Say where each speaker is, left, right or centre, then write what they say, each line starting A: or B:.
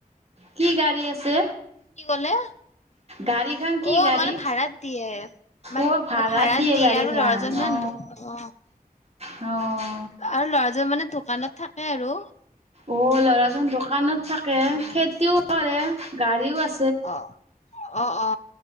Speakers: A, on the right; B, on the left.
A: কি গাড়ী আছে
B: কি কলে
A: গাড়ী খান কি
B: অ
A: গাড়ী
B: মানে ভাড়াত দিয়ে মান
A: অ
B: ভাড়াত দিয়ে
A: গাড়ী
B: আৰু
A: খান
B: লৰাজন মান
A: অ
B: অ
A: অ
B: আৰু ল'ৰাজন মানে দোকানত থাকে আৰু
A: অ ল'ৰাজন দোকানত থাকে
B: অ',
A: খেতিও কৰে গাড়ীও আছে
B: অ অ অ